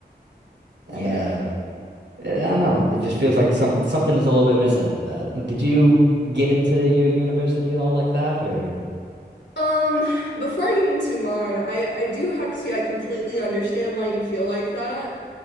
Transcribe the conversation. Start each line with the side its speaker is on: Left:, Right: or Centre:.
Left: Yeah.
Right: And uh I don't know. It just feels like some something is a little bit missing with that. Did you get into your university at all like that or
Left: Um, before I get into mine, I I do have to say I completely understand why you feel like that.